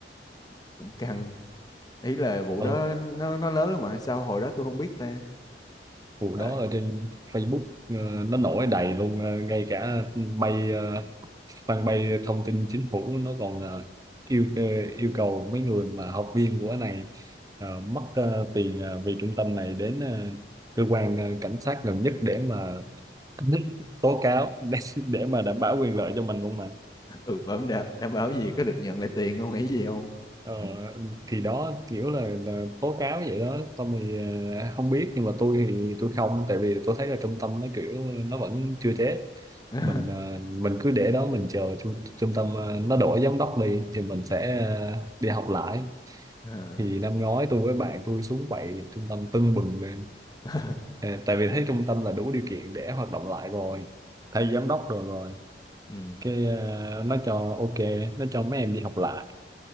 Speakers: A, on the left (about 20°); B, on the right (about 20°).
A: cũng căng ý là vụ
B: Ừ,
A: đó nó nó lớn lắm mà sao hồi đó tôi không biết ta
B: vụ
A: Trời.
B: đó ở trên Facebook ờ, nó nổi đầy luôn ờ, ngay cả bay ờ, fanpage thông tin chính phủ nó còn ờ, yêu ờ, yêu cầu mấy người mà học viên của cái này ờ, mất ờ, tiền ờ, vì trung tâm này đến ờ, cơ quan ờ, cảnh sát gần nhất để mà <laughs> tố cáo <laughs> để, để mà đảm bảo quyền lợi cho mình luôn mà
A: <laughs> ừ bấm đảm, đảm bảo gì có được nhận lại tiền không nghĩ gì không
B: Ờ, thì đó kiểu là, là tố cáo vậy đó xong thì à, không biết nhưng mà tôi thì tôi không tại vì tôi thấy là trung tâm nó kiểu nó vẫn chưa chết
A: <laughs>
B: mình à, mình cứ để đó mình chờ trung, trung tâm à, nó đổi giám đốc đi thì mình sẽ à, đi học lại
A: Ờ.
B: thì năm ngoái tôi với bạn tôi xuống vậy trung tâm tưng bừng lên
A: <laughs>
B: À, tại vì thấy trung tâm là đủ điều kiện để hoạt động lại rồi thay giám đốc rồi rồi
A: ừ
B: cái à, nó cho ok nó cho mấy em đi học lại